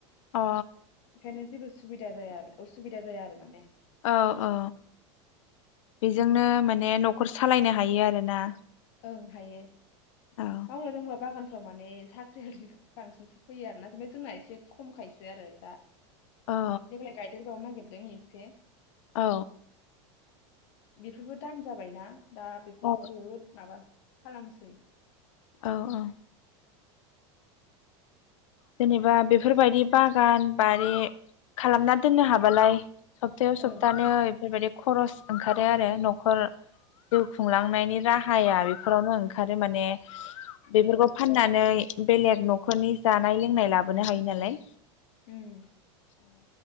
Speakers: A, on the left; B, on the left.
A: अ
B: ओंखायनो जेबो सुबिदा जाया आरो असुबिदा जाया आरो माने
A: औ औ बेजोंनो माने न'खर सालायनो हायो आरोना
B: ओं हायो
A: औ
B: मावनो रोंबा बागान माने साख्रि हिखौ बांसिनसो फैयो आरोना जाय जोंना एसे खमखायोसो आरो दा
A: औ
B: बेेदलाय गायदेर गाव न गेल दों एसे।
A: औ।
B: बेफोरबो दाम जाबायना? दा बिफोरखौथ'
A: औ
B: <unintelligible> खालामसै।
A: औ औ। जेनेबा बेफोरबायदि बागान बारि खालामना दोननो हाबालाय सप्तायाव सप्तानो
B: ओं
A: बेफोरबायदि खरस ओंखारो आरो न'खर जिउ खुंलांनायनि राहाया बेफोरावनो ओंखारो माने बेफोरखौ
B: औ
A: फाननानै बेलेग न' ख'रनि जानाय लोंनाय लाबोनो हायो नालाय
B: उम।
A: औ।